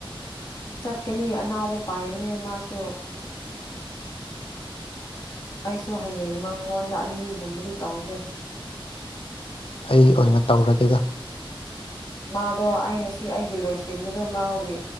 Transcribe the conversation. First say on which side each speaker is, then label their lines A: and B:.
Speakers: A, on the left (about 45°); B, on the left (about 75°).
A: ꯆꯠꯀꯅꯤ ꯑꯅꯥꯎꯕ ꯄꯥꯏꯕꯅꯦ ꯃꯥꯁꯨ ꯑꯩꯁꯨ ꯍꯌꯦꯡ ꯃꯉꯣꯟꯗ ꯑꯅꯤꯒꯨꯝꯕꯗꯤ ꯇꯧꯒꯦ
B: ꯑꯩ ꯑꯣꯏꯅ ꯇꯧꯔꯒꯦꯗ
A: ꯃꯥꯗꯣ ꯑꯩ ꯉꯁꯤ ꯑꯩꯒꯤ ꯂꯣꯏꯁꯤꯟꯕꯗꯣ ꯃꯥꯥꯎꯋꯤ